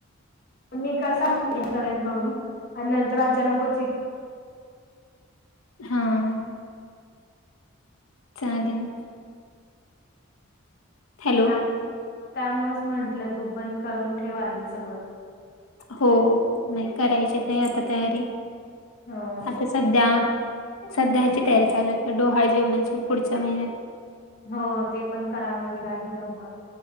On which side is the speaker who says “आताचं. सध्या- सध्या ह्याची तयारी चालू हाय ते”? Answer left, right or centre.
Left